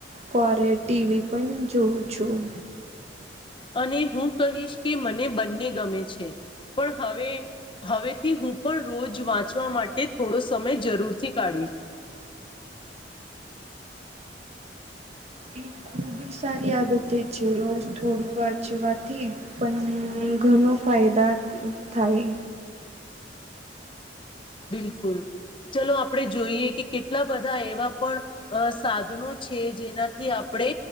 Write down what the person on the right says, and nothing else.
કરે ટીવી પણ જોઉં છું.
એક ખૂબ બી સારી આદતે છે રોજ થોડું વાંચવાથી પણ ઘણો ફાયદા થાય.